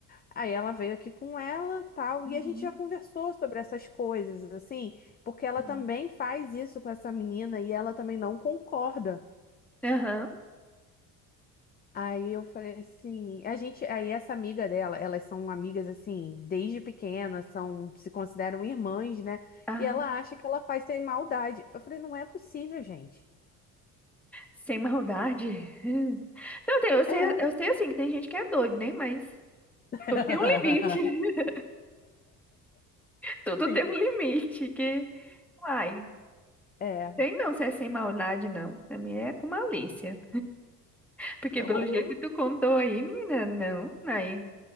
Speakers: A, on the left; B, in the centre.
A: Aí ela veio aqui com ela, tal,
B: Uhum.
A: e a gente já conversou sobre essas coisas, assim, porque ela
B: Sim.
A: também faz isso com essa menina e ela também não concorda.
B: Aham.
A: Aí eu falei assim, a gente, aí essa amiga dela, elas são amigas assim, desde pequenas, são, se consideram irmãs, né?
B: Ah,
A: E ela acha que ela faz sem maldade. Eu falei, não é possível, gente.
B: sem maldade. <laughs> Não, tem, eu sei,
A: É.
B: eu sei assim que tem gente que é doido, né? Mas
A: <laughs>
B: tudo tem um limite. <laughs> Tudo
A: Entendi.
B: tem um limite que. Uai.
A: É,
B: Tem não, se é sem maldade, não. A minha é com malícia. Porque
A: o-
B: pelo jeito que tu contou aí, menina, não, aí.